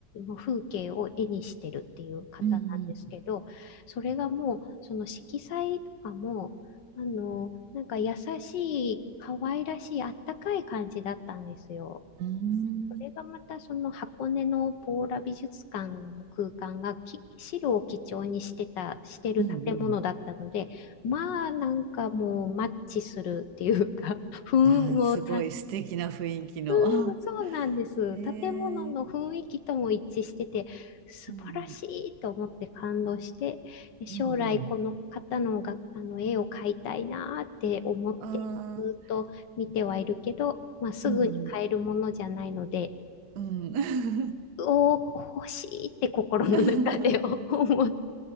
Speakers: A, on the left (about 70°); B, on the right (about 60°).
A: 風景を絵にしてるっていう方なんですけど、
B: うん、うん、
A: それがもう、その色彩とかも、あの、なんか優しい、可愛らしい、あったかい感じだったんですよ。
B: うーん、
A: それがまたその箱根のポーラ美術館の空間がき白を基調にしてた、してる建物だったので、
B: うん、うん、
A: まあなんかもうマッチするっていうか、<laughs> 雰囲気もた
B: ああ、すごい素敵な雰囲気の。
A: うん、
B: あ
A: そうなんです。
B: へ
A: 建物の雰囲気とも一致してて、
B: え、
A: 素晴らしいと思って感動して、
B: うん、
A: で将来この方のが、
B: うん、うんうん、
A: あの絵を描いたいなーって思って、
B: ああ、
A: ずっと見てはいるけど、まあ、すぐに買えるものじゃないので、
B: うんうん、うん。
A: う、お欲しいって心の中で
B: <laughs>
A: <laughs> 思う。